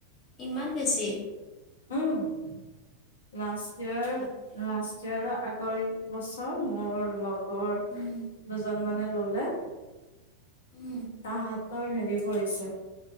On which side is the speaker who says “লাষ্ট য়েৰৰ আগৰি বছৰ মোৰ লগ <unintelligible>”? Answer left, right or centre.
Left